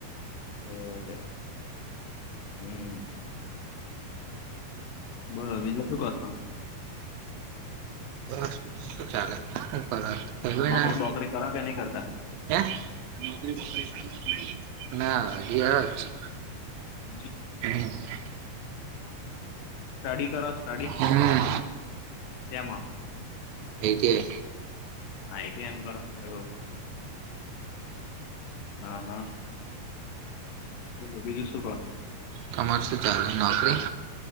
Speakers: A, on the left; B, on the right.
A: એવું કે, હમ્મ. બોલો, બીજું શું કરો છો?
B: વાહ. શું ચાલે? હું કરો? હવે
A: નોકરી
B: આ
A: બોકરી કરો કે નહી કરતા?
B: હે નોકરી બોકરી. ના વિયા હ છે.
A: <inaudible>
B: <inaudible>
A: સ્ટડી કરો સ્ટડી
B: હમ
A: તેમ
B: I T I
A: I T એમ કરો કયરો હ હ બોલો બીજું શું કો?
B: તમાર શું ચાલે નોકરી?